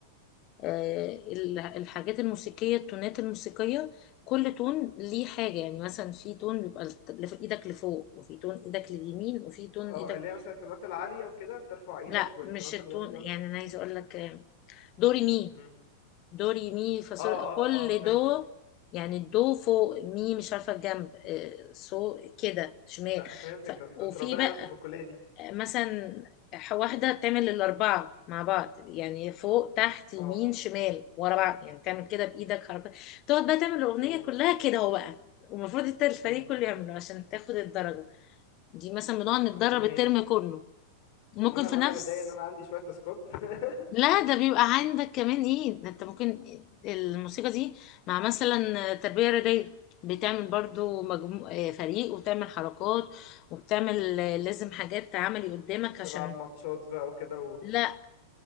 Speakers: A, on the left; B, on the left.
A: آه، ال- الحاجات الموسيقية التونات الموسيقية كل تون ليه حاجة يعني مثلا في تون بيبقى الت- لف- ايدك لفوق وفي تون ايدك لليمين وفي تون
B: اه
A: ايدك
B: اللي هي مثلا التونات العالية وكده بترفع ايدك
A: لا
B: والتونات
A: مش التون
B: الواطية
A: يعني انا عايزه اقول لك آه، دوري مي
B: مم.
A: دو ري مي فا صول
B: اه
A: كل
B: اه اه فهمتك
A: دو يعني الدو فوق مي مش عارفة الجنب آه، سو كده شمال
B: آه فهمتك
A: ف...
B: ده, ده
A: وفي
B: انت ربنا
A: بقى
B: يعينكم في الكلية دي
A: مثلا ح- واحدة تعمل الأربعة مع بعض يعني فوق تحت يمين
B: اه
A: شمال ورا بعض يعني تعمل كده بإيدك حركة تقعد بقى تعمل الأغنية
B: اوه
A: كلها كده هو بقى ومفروض الت- الفريق
B: مم.
A: كله يعمله عشان تاخد الدرجة دي مثلا بنقعد
B: ده انت
A: نتدرب
B: ربنا
A: الترم
B: يعينك
A: كله ممكن
B: وانا
A: في
B: وانا
A: نفس
B: متضايق ان انا عندي شوية تاسكات <laughs>
A: لا ده بيبقى عندك كمان ايه ده انت ممكن الموسيقى دي مع مثلا تربية رياضية بتعمل برضو مجمو... آه، فريق وبتعمل حركات وبتعمل آه، لازم حاجات عملي قدامك عشان
B: تلعب ماتشات بقى وكده و-
A: لا